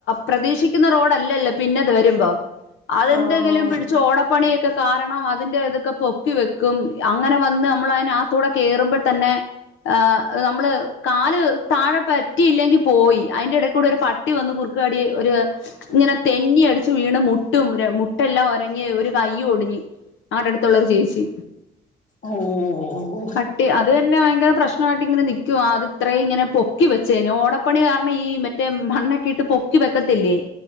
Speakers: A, on the left (about 75°); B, on the left (about 40°).
A: പ്രതീക്ഷിക്കുന്ന റോഡല്ലല്ലേ പിന്നത് വരുമ്പോ അതെന്തെങ്കിലും
B: ആഹ്
A: പിടിച്ച് ഓടപ്പണിയൊക്കെ കാരണം അതിന്റെ ഇതൊക്കെ പൊക്കി വെക്കും അങ്ങനെ വന്ന് നമ്മള് അതിനകത്തൂടെ കേറുമ്പോൾ തന്നെ ആ നമ്മള് കാല് താഴെ പറ്റിയില്ലെങ്കിൽ പോയി അതിന്റെ ഇടക്കൂടെ ഒരു പ പട്ടി വന്നു കുറുക്ക് ചാടിയാ ഒര് ഇങ്ങനെ തെന്നി അടിച്ച് വീണ് മുട്ടും മുട്ടെല്ലാം ഒരഞ് ഒരു കൈയ്യും ഒടിഞ് ഞങ്ങടെ അടുത്തുരള്ളരു ചേച്ചി
B: ഓ ഓ ഓ
A: അട്ടി അത് തന്നെ ഭയങ്കര പ്രശ്ന നായിട്ട് ഇങ്ങനെ നിക്കുവാ അത് ഇത്രയും ഇങ്ങനെ പൊക്കി വെച്ചേന് ഓടപ്പണി കാരണം ഈ മെ റ്റെ മണ്ണെക്കിട്ട് പൊക്കി വെക്കത്തില്ലേ